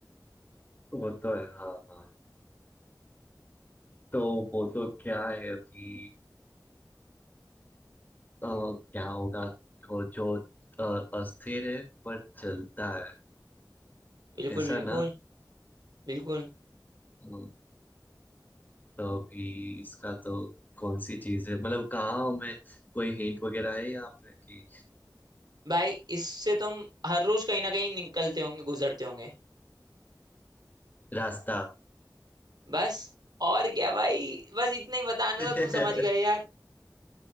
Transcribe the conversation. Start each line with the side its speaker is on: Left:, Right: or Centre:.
Left: वो तो है हाँ हाँ तो वो तो क्या है अभी अ, क्या होगा वो जो अ, अस्थिर है पर चलता है
Right: बिल्कुल
Left: ऐसा
Right: बिल्कुल
Left: ना
Right: बिल्कुल
Left: अ, तो अभी इसका तो कौन सी चीज है मतलब कहाँ हमें कोई हिंट वगैरह है यहाँ पे कि
Right: भाई इससे तुम हर रोज कहीं ना कहीं निकलते होंगे गुजरते होंगे
Left: रास्ता
Right: बस और क्या भाई बस इतना ही बताना
Left: <laughs>
Right: था तुम समझ गए यार